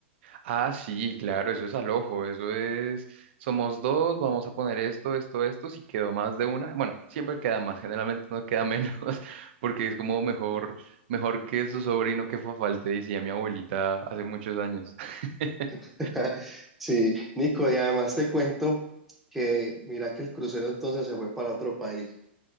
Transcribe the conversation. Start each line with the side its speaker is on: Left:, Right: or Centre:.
Right: Ah, sí, claro, eso es al ojo, eso es, somos dos, vamos a poner esto, esto, esto, si quedó más de una, bueno, siempre queda más, generalmente no queda menos, <laughs> porque es como mejor, mejor que su sobrino que fue falte, decía mi abuelita hace muchos años. <laughs>
Centre: <laughs> Sí, Nico, y además te cuento que mira que el crucero entonces se fue para otro país